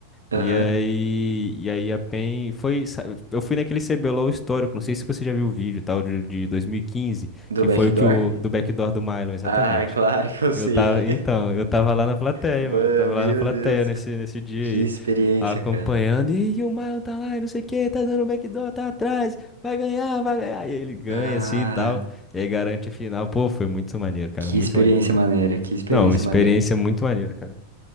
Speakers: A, on the right; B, on the left.
A: Aham.
B: E aí, e aí a PEN foi, sa- eu fui naquele CBLOL histórico, não sei se você já viu o vídeo, tal, de, de 2015
A: Do
B: que
A: backdoor?
B: foi o que o do backdoor do Mylon, exatamente.
A: Ah, <laughs> é claro que eu
B: Eu
A: sei.
B: tava, então,
A: <laughs>
B: eu tava lá na plateia,
A: Bah,
B: mano, eu tava
A: Meu
B: lá na plateia
A: Deus,
B: nesse nesse dia
A: que experiência,
B: aí, acompanhando,
A: cara.
B: e, o Mylon tá lá, e não sei o que, tá dando backdoor, tá atrás, vai ganhar, vai ganhar. E aí ele ganha
A: Cara,
B: assim e tal, e aí garante a final. Pô, foi muito maneiro, cara,
A: que
B: muito
A: experiência
B: maneiro mesmo.
A: maneira, que experiência
B: Não, uma experiência
A: maneira.
B: muito maneira, cara.